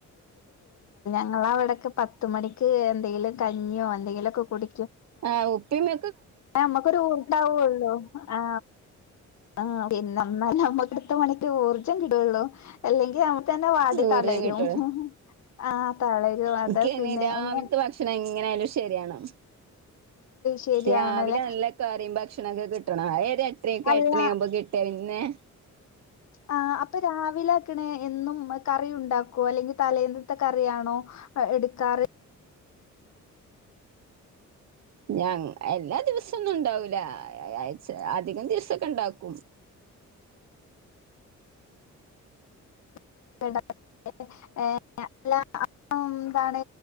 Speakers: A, on the left; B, on the right.
A: ങ്ങാ വടക്ക് പത്ത് മണിക്ക് എന്തെങ്കിലും കഞ്ഞിയൊ എന്തെകിലൊക്കെ കുടി
B: ആഹ് ഉപ്പി ഇമ്
A: നമ്മക്കൊരു ഉണ്ടാകുവുള്ളു ആ ആ പിന്നെ എന്നാല് നമ്മുക്ക്ടുത്ത പണിക്ക് ഊർജ്ജം കിടുള്ളൂ അല്ലെങ്കിൽ നാ തന്നെ വാടി
B: ചോറേ
A: തളരും
B: കിട്ടുള്ളൂ
A: ആ തളരും അത
B: എനിക്കങ്ങനെ
A: പിന്നെ
B: രാവിലത്തെ
A: എങ്ങ
B: ഭക്ഷണം എങ്ങനായാലും ശരിയാണ്
A: ശരിയാവണല്ലേ
B: രാവിലെ നല്ല കറിയും ഭക്ഷണൊക്കെ കിട്ടണം ആ എട്ടരായൊക്കെ
A: അല്ല
B: എട്ടണ ആവുമ്പോ കിട്ടിയ പിന്നെ
A: ആ അപ്പ രാവ് വിലെ ക്ക്ണ് എന്നും കറിയു താക്കോ അല്ലെങ്കി തലേന്ന്ത്തെ കറിയാണോ അ എട്ത കാറ്
B: ഞാ എല്ലാ ദിവസൊന്നും ണ്ടാവൂല യായ്ച് അധികം ദിവസൊക്കെണ്ടാക്കും
A: <unintelligible> ഉം ന്താണ്